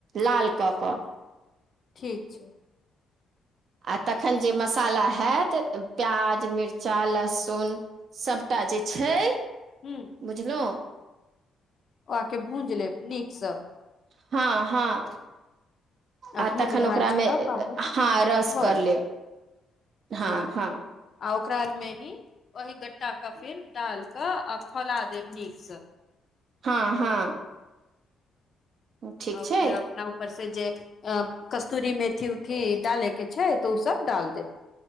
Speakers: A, on the right (about 60°); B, on the left (about 45°).
A: लाल कऽ कऽ
B: ठीक छै
A: आ तखन जे मसाला हैत प्याज मिरचा लहसुन सभटा जे छै
B: हूँ
A: बुझलौं
B: ओ आके भूंज लेब नीकसँ
A: हँ हँ आ
B: भूज
A: तखन
B: भाज
A: ओकरामे
B: कऽ पानि
A: हँ रस
B: धऽ
A: कर
B: देब
A: ले हँ
B: ठीक
A: हँ
B: आ ओकरा आर मेही ओही गट्टाके फिर डाल कऽ आ खौला देब नीकसँ
A: हँ हँ ठीक
B: आ
A: छै
B: फिर अपना ऊपर से जे अ कस्तूरी मेथी उथी डाले के छै तऽ उ सब डाल देब